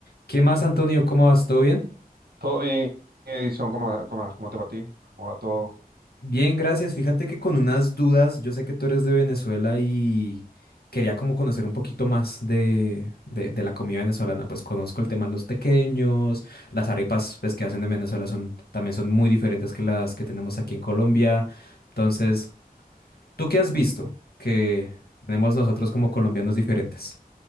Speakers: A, on the left (about 80°); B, on the right (about 85°).
A: ¿Qué más, Antonio? ¿Cómo vas? ¿Todo bien?
B: Todo bien, Edison, ¿cómo, cómo, cómo te va a ti? ¿Cómo va todo?
A: Bien, gracias. Fíjate que con unas dudas, yo sé que tú eres de Venezuela y quería como conocer un poquito más de, de- de la comida venezolana. Pues conozco el tema de los tequeños, las arepas pues, que hacen en Venezuela son, también son muy diferentes que las que tenemos aquí en Colombia. Entonces, ¿tú qué has visto que tenemos nosotros como
B: Sí.
A: colombianos diferentes?